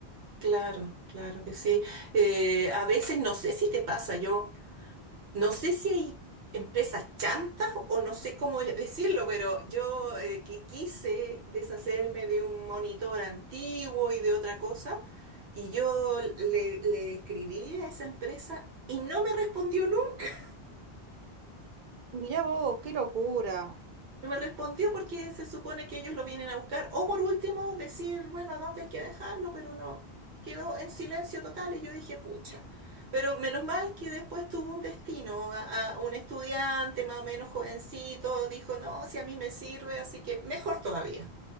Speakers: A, on the right; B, on the right.
A: Claro, claro que sí. Eh, a veces no sé si te pasa, yo... No sé si hay empresas chantas o no sé cómo decirlo, pero yo eh, que quise deshacerme de un monitor antiguo y de otra cosa, y yo le, le escribí a esa empresa y no me respondió nunca.
B: Mirá vos, qué locura.
A: No me respondió porque se supone que ellos lo vienen a buscar. O por último, decir, bueno, ¿a dónde hay que dejarlo? Pero no, quedó en silencio total y yo dije, pucha. Pero menos mal que después tuvo un destino, a, a un estudiante más o menos jovencito, dijo, no, si a mí me sirve, así que mejor todavía.